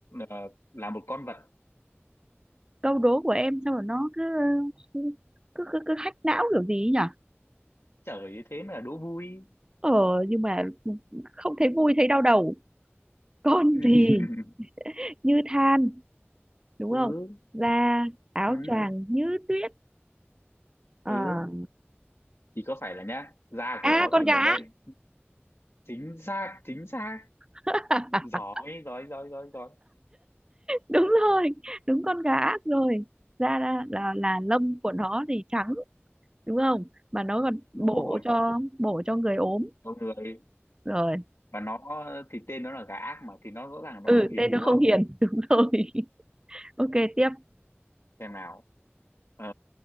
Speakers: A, on the left; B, on the right.
A: ờ, là một con vật
B: câu đố của em sao mà nó cứ cứ cứ, cứ, cứ hack não kiểu gì ấy nhỉ
A: trời ơi, thế mà đố vui
B: ờ nhưng mà không thấy vui thấy đau đầu con
A: <laughs>
B: <laughs> gì như than đúng
A: ừ
B: không da áo
A: ừ
B: choàng như tuyết ờ
A: ừ thì có phải là nhá da
B: à
A: của nó
B: con
A: thì
B: gà
A: màu đen chính xác chính xác
B: <laughs>
A: giỏi giỏi giỏi giỏi giỏi
B: đúng rồi đúng con gà rồi da là, là là lông của nó thì trắng đúng không mà nó còn
A: đúng
B: bổ
A: rồi
B: cho bổ cho người ốm
A: con người
B: rồi
A: và nó thì tên nó là gà ác mà thì nó rõ ràng là nó
B: ừ
A: không hiền
B: tên nó
A: đúng không
B: không hiền <laughs> đúng rồi ok tiếp
A: xem nào Ờ,